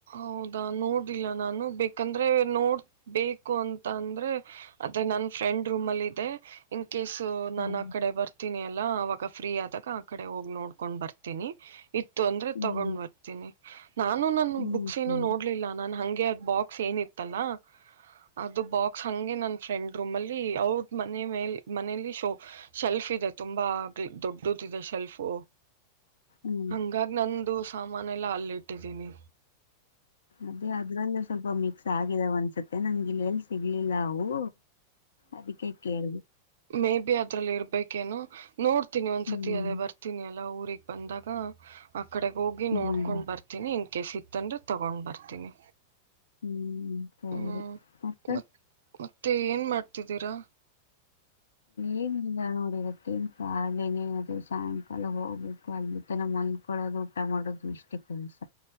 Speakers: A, on the right; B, on the left.
A: ಹೌದಾ ನೋಡಿಲ್ಲಲ್ಲ ನಾನು ಬೇಕಂದ್ರೆ ನೋಡ್ ಬೇಕು ಅಂತ ಅಂದ್ರೆ ಅದೇ ನನ್ ಫ್ರೆಂಡ್ ರೂಮ್ ಅಲ್ಲಿ ಇದೆ ಕೇಸು ನನ್
B: ಹ್ಮ್
A: ಆ ಕಡೆ ಬರ್ತ ರ್ತೀನಿ ಅಲ್ಲ ಅವಾಗ ಫ್ರೀ ಆದಾಗ ಆ ಕಡೆ ಹೋಗಿ ನೋಡ್ಕೊಂಡ್ ಬರ್ತೀನಿ. ಇತ್ತು ಅಂದ್ರೆ
B: ಹ್ಮ್
A: ತಗೊಂಡ್ ಬರ್ತೀನಿ ನಾನು ನಾನ್
B: ಹ್ಮ್
A: ಬುಕ್
B: ಸರಿ
A: ನೋಡ್ಲಿಲ್ಲ. ನಾನ್ ಹಂಗೆ ಬಾಕ್ಸ್ ಏನಿತ್ತಲ್ಲ ಅದು ಬಾಕ್ಸ್ ಹಂಗೆ ನನ್ನ ಫ್ರೆಂಡ್ ರೂಮ್ ಅಲ್ಲಿ ಅವ್ರ ಮನೆ ಮೇ ಮನಲಿ ಶೆಲ್ಫ್ ಇದೆ ತುಂಬಾ ದೊಡ್ಡದು ಇದೆ ಶೆಲ್ಫು.
B: ಹ್ಮ್
A: ಹಾಂಗಾಗ್ ನಂದು. ಸಾಮಾನ ಎಲ್ಲ ಅಲ್ಲಿ ಇಟ್ಟಿದ್ದೀನಿ.
B: ಅದೇ ಅದ್ರಲ್ಲೆ ಸ್ವಲ್ಪ ಮಿಕ್ಸ್ ಆಗಿದಾವ ಅನ್ಸತ್ತೆ ನಂಗ ಇಲ್ಲ ಎಲ್ಲಿ ಸಿಗ್ಲಿಲ್ಲ ಅವು. ಅದಿಕ್ಕೆ ಕೇಳ್ದೆ.
A: ಮೆ ಬಿ ಅದ್ರಲ್ಲಿ ಇರ್ಬೇಕೇನು. ನೋಡ್ತೀನಿ ಒಂದ್ಸತಿ
B: ಹ್ಮ್
A: ಅದೇ ಬರ್ತೀನಿ ಅಲ್ಲ ಊ ರಿಗ್ ಬಂದಾಗ ಅ ಅಕಡೆ ಹೋಗಿ
B: ಹ್ಮ್
A: ನೋಡ್ಕೊಂಡ್ ಬರ್ತೀನಿ. ಇನ್ ಕೇಸ್ ಇತ್ತಂದ್ರೆ ತಗೊಂಡ್ ಬರ್ತೀನಿ.
B: ಹ್ಮ್ ಹ್ಮ್ ಹೌದು
A: ಹ್ಮ್
B: ಮತ್ತೆ.
A: ಮತ್ ಮತ್ತೆ, ಏನ್ ಮಾಡ್ತಿದ್ದೀರಾ.
B: ಏನಿಲ್ಲ ನೋಡಿವತ್ತೇನ್ <unintelligible> ಸಾಯಂಕಾಲ ಹೋಗ್ಬೇಕು ಅಲ್ಲಿ ತನ ಮಂದ್ಕೊಳ್ಳೋದು ಊಟ ಮಾಡೋದು ಇಷ್ಟೇ ಕೆಲ್ಸ.